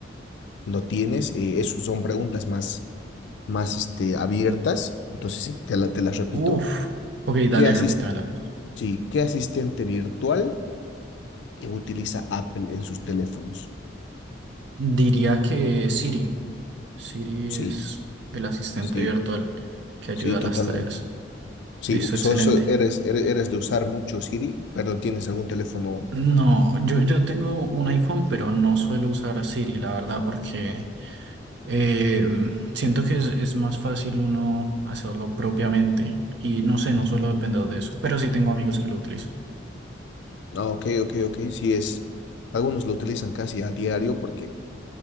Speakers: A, on the left (about 70°); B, on the right (about 65°).
A: ¿Lo tienes? Eh, eso son preguntas más, más este, abiertas. Entonces, sí, te la- te las repito.
B: Uf. Ok, dale,
A: ¿Qué asis-
B: repítemela.
A: sí, ¿qué asistente virtual eh, utiliza Apple en sus teléfonos?
B: Diría que Siri. Siri
A: Sí,
B: es el asistente
A: sí,
B: virtual que ayuda
A: sí, totalmente.
B: a las tareas.
A: Sí,
B: Listo,
A: so-
B: excelente.
A: so- eres, eres, eres de usar mucho Siri. Perdón, ¿tienes algún teléfono
B: No, yo, yo tengo un iPhone, pero no suelo usar Siri, la verdad, porque eh, siento que es, es más fácil uno hacerlo propiamente. Y no sé,
A: Ya.
B: no suelo depender de eso, pero sí tengo amigos que lo utilizan.
A: Ah, ok, ok, ok. Sí es. Algunos lo utilizan casi a diario porque